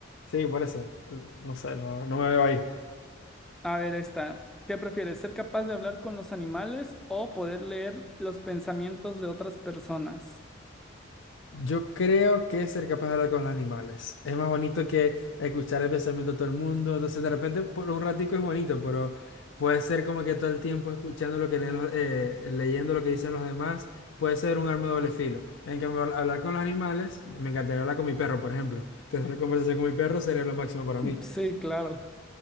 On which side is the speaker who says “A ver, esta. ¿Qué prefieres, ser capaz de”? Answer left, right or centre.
Centre